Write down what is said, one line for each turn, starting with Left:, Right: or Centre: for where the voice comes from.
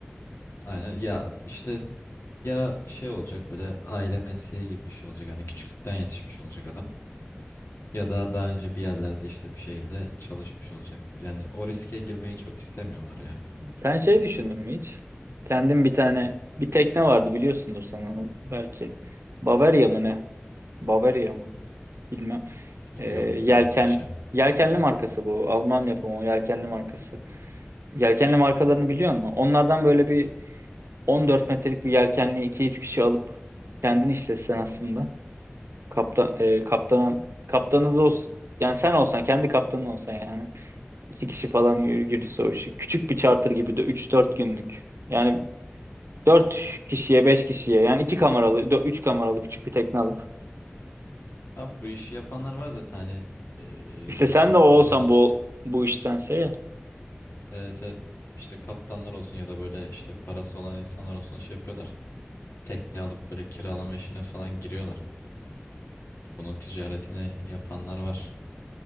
Left: Aynen ya işte ya şey olacak böyle aile mesleği gibi bir şey olacak hani küçüklükten yetişmiş olacak adam ya da daha önce bir yerlerde işte bir şekilde çalışmış olacak. Yani o riske girmeyi çok istemiyorlar ya.
Right: Sen şey düşündün mü hiç? Kendim bir tane bir tekne vardı biliyorsundur sen onu belki. Bavaria mı ne? Bavaria mı? Bilmem.
Left: Yok
Right: Ee, yelken
Left: duymadım hiç ya.
Right: yelkenli markası bu. Alman yapımı yelkenli markası. Yelkenli markalarını biliyor musun? Onlardan böyle bir 14 metrelik bir yelkenli iki üç kişi alıp kendin işletsen aslında. Kaptan e, kaptanın kaptanınız olsun. Yani sen olsan kendi kaptanın olsan yani. İki kişi falan yürü, yürüse o işi. Küçük bir charter gibi de üç dört günlük. Yani dört kişiye 5 kişiye yani 2 kameralı 3 kameralı küçük bir tekne alıp.
Left: Abi bu işi yapanlar var zaten hani eee,
Right: İşte sen
Left: kaptanlar
Right: de o olsan
Left: olsun.
Right: bu bu iştense ya.
Left: Evet evet işte kaptanlar olsun ya da böyle işte parası olan insanlar olsun şey yapıyorlar. Tekne alıp böyle kiralama işine falan giriyorlar. Bunun ticaretini yapanlar var.